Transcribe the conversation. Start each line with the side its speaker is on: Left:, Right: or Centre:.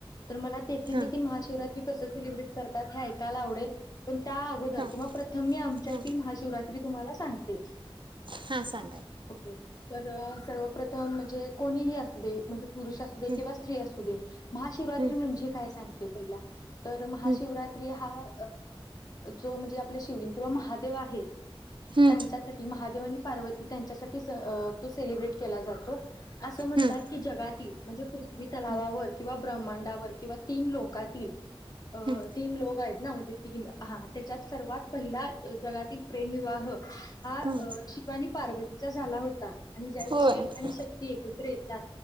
Left: तर मला तेथील
Right: हम्म
Left: दे महाशिवरात्रि कसं सेलिब्रेट करतात हे ऐकायला आवडेल पण त्या अगोदर
Right: हा हा हा
Left: किंवा प्रथम मी महाशिवरात्री
Right: हा
Left: तुम्हाला सांगते
Right: हा सांगा
Left: ओके तर सर्वप्रथम म्हणजे कोणीही असू दे म्हणजे पुरुष असू दे
Right: की.
Left: किंवा स्त्री असू दे महाशिव
Right: हम्म
Left: म्हणजे काय सांग पहिला तर महाशिवरात्रि
Right: हम्म
Left: हा जो म्हणजे आप शिवलिंग किंवा महादेव आहेत
Right: हम्म
Left: त्यांच्यासाठी महादेव आणि पार्वती त्यांच्यासाठी तो सेलिब्रेट केला जातो अस म्हणतात
Right: हम्म
Left: की जगातील म्हणजे पृथ्वी तलावावर
Right: हम्म
Left: किंवा ब्रहमांडावर किंवा तीन लोकातील अ
Right: हम्म
Left: तीन लोक आहेत ना म्हणजे तीन हा त्याच्यात सर्वात पहिला जगातील प्रेमविवाह हा
Right: हम्म
Left: शिव आणि पार्वतीचा झाला होता आणि ज्यावेळी
Right: होय
Left: शिव
Right: हम्म
Left: आणि शक्ती एकत्र येतात